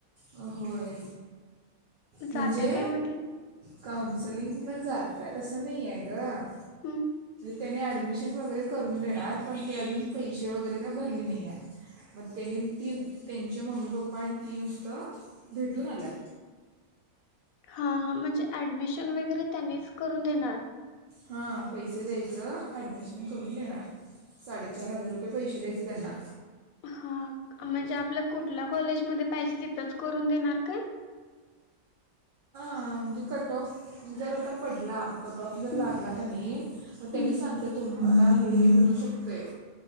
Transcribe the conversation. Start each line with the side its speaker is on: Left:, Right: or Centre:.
Right: हो होय म्हणजे
Left: जात्या काय मग ती
Right: काउन्सलिंगला जात अससं नाही आहे ग.
Left: हम्
Right: त्याने ऍडमिशन वगैरे करून देणार पण ते अजून पैसे वगैरे का भरली नाही आहे. मग त्यानी तीन त्यांचे मम्मी पप्पा आणि ती नुसतं भेटून आल्यात.
Left: हा हा म्हणजे ऍडमिशन वगैरे त्यांनीच करून देणार.
Right: हा पैसे द्यायचं ॲडमिशन करून देणार. साडेचार हजार रुपये पैसे द्यायचे त्यांना
Left: हा म्हणजे आपल्या कुठल्या कॉलेजमध्येध्ये पाहिजे तिथंच करून देणार का?
Right: म्हणजे कट ऑफ जर आता पडला. कट ऑफ जर लागला
Left: हम्म
Right: त्यानी मग त्यानी
Left: हम्म
Right: सांगते तुम्हाला हे मिळू शकतय.